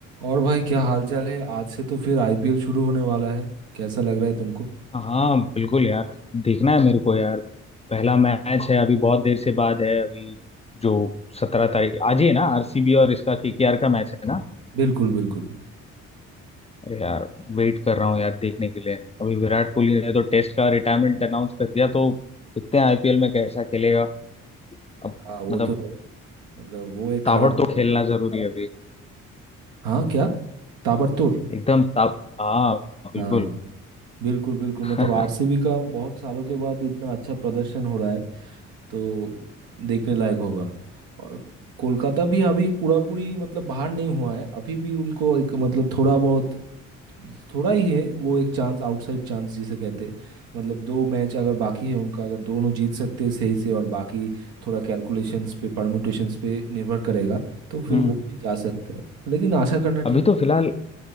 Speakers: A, on the right; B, on the left.
A: और भाई क्या हालचाल है आज से तो फिर आईपीएल शुरू होने वाला है कैसा लग रहा है तुमको
B: हाँ बिल्कुल यार देखना है मेरे को यार पहला मैच है अभी बहुत देर से बाद है अभी जो सत्रह तारीख आज ही है ना आरसीबी और इसका केकेआर का मैच है ना
A: बिल्कुल बिल्कुल
B: अरे यार वेट कर रहा हूँ यार देखने के लिए अभी विराट कोहली ने तो टेस्ट का रिटायरमेंट अनाउंस कर दिया तो देखते हैं आईपीएल में कैसा खेलेगा अब
A: हाँ वो
B: मतलब
A: तो है मतलब वो एक
B: ताबड़तोड़
A: खराब
B: खेलना जरूरी है अभी
A: हाँ क्या ताबड़तोड़
B: एकदम ताब हाँ बिल्कुल
A: हाँ बिल्कुल बिल्कुल
B: <laughs>
A: मतलब आरसीबी का बहुत सालों के बाद इतना अच्छा प्रदर्शन हो रहा है तो देखने लायक होगा और कोलकाता भी अभी पूरा पूरी मतलब बाहर नहीं हुआ है अभी भी उनको एक मतलब थोड़ा बहुत थोड़ा ही है वो एक चांस आउटसाइड चांस जिसे कहते हैं मतलब दो मैच अगर बाकी है उनका अगर दोनों जीत सकते हैं सही से और बाकी थोड़ा कैलकुलेशंस पे परम्यूटेशंस पे निर्भर करेगा तो फिर
B: हम्म
A: वो भी जा सकता है लेकिन आशा करना ठीक
B: अभी तो फिलहाल